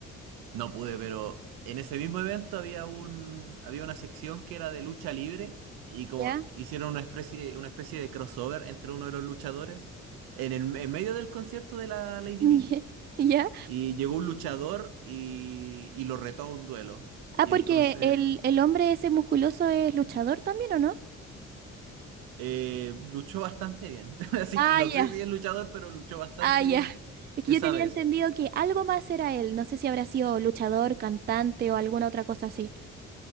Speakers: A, on the right; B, on the right.
A: No pude, pero en ese mismo evento había un, había una sección que era de lucha libre y como
B: ¿Ya?
A: hicieron una especie, una especie de crossover entre uno de los luchadores en el, en medio del concierto de la Lady
B: <laughs>
A: Bird
B: ¿Ya?
A: y llegó un luchador y, y lo retó a un duelo
B: Ah,
A: y
B: porque
A: entonces
B: el, el hombre ese musculoso es luchador también, ¿o no?
A: eh, luchó bastante bien. <laughs> Así
B: Ah,
A: que no sé
B: ya,
A: si es luchador, pero luchó bastante
B: ah, ya.
A: bien
B: Es que
A: esa
B: yo tenía
A: vez.
B: entendido que algo más era él. No sé si habrá sido luchador, cantante o alguna otra cosa así.